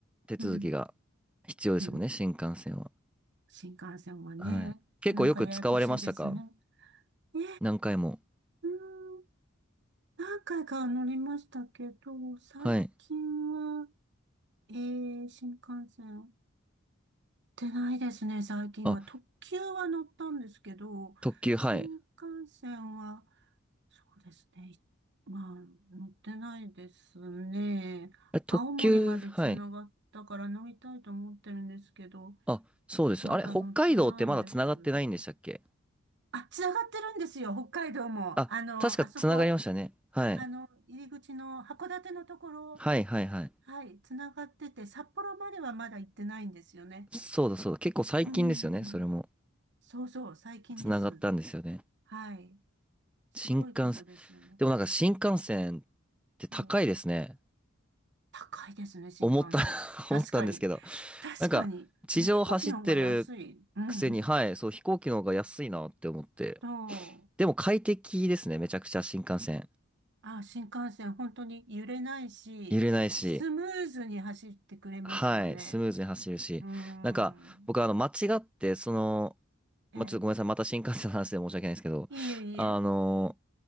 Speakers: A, in the centre; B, on the right (about 60°).
A: 手続きが
B: うん、
A: 必要ですもんね、
B: うん。
A: 新幹線は。
B: 新幹線はね、
A: はい。結構よく使われましたか
B: なんかややこしいですね。え、
A: 何回も。
B: うーん、何回か乗りましたけど、最近は、
A: はい。
B: えー、新幹線乗ってないですね、最近は。
A: あ、
B: 特急は乗ったんですけど、
A: 特急、
B: 新幹線は、
A: はい。
B: そうですね、いまあ、乗ってないですね。
A: え、特急、
B: 青森までつながったから乗りたいと思ってるんですけど、
A: はい。あ、そうです。
B: まだ乗ってないです。
A: あれ、北海道ってまだ繋がってないんでしたっけ
B: あ、つながってるんですよ、北海道も。
A: あ、
B: あの、
A: 確か繋がりましたね。
B: あそこ、
A: はい。
B: あの、入り口の函館のところ、
A: はい、はい、はい。
B: はい、つながってて、札幌まではまだ行ってないんですよね。
A: そうだ、そうだ。結構最近ですよね。
B: うん。
A: それも。
B: そうそう、最近です。
A: 繋がったんですよね。
B: はい。すごいことですよね。
A: 新幹線。でもなんか新幹線って高いですね。
B: ええ、高いですね、新幹線。
A: 思った <laughs>
B: 確かに。
A: 思ったんですけど。
B: 確かに。
A: なんか、地上走ってる
B: あの、飛行機の方が安い。うん、うん。
A: くせに、はい、そう、飛行機の方が安いなって思って。
B: そう。
A: でも快適ですね、めちゃくちゃ新幹線。
B: あ、新幹線、本当に揺れないし、
A: 揺れないし、
B: スムーズに走ってくれますよね。
A: はい、スムーズに走るし。
B: うーん。
A: なんか、僕、あの、間違って、その、
B: えー、
A: まあ、ちょっとごめんなさい、また新幹線の話で申し訳ないんですけど、
B: いえいえ。
A: あの、